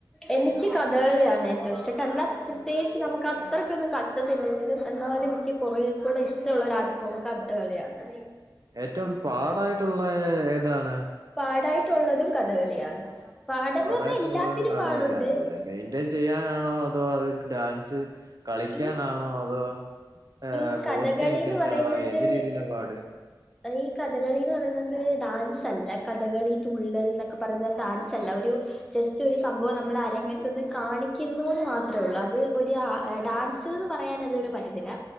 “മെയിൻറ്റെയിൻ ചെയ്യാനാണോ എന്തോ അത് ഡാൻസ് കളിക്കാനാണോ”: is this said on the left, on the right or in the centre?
Right